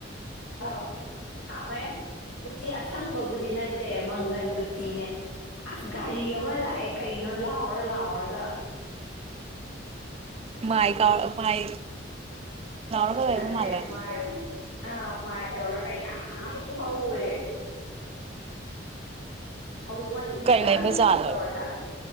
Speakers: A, on the left; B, on the right.
A: ꯑꯥꯎ ꯍꯥꯎꯋꯦ ꯎꯇꯤ ꯑꯁꯪꯕꯕꯨꯗꯤ ꯅꯠꯇꯦ ꯃꯪꯒꯟ ꯎꯇꯤꯅꯦ ꯑꯁ ꯒꯥꯔꯤ ꯑꯃ ꯂꯥꯛꯑꯦ ꯀꯩꯅꯣ ꯂꯥꯎꯔ ꯂꯥꯎꯔꯒ
B: ꯃꯥꯥꯏ ꯀ ꯃꯥꯏ ꯂꯥꯎꯔꯒ ꯂꯩꯕ
A: ꯑꯗꯨꯅꯦ
B: ꯃꯥꯜꯂꯦ
A: ꯑ ꯑ ꯃꯥꯏꯞ ꯇꯧꯔꯒ ꯌꯥꯝ ꯍꯧꯋꯦ ꯍꯧꯃꯟꯗꯅ
B: ꯀꯩ ꯂꯩꯕ
A: ꯀꯩꯅꯣꯝ
B: ꯖꯥꯠꯂꯣ
A: ꯇꯧꯔꯦ ꯍꯥꯏ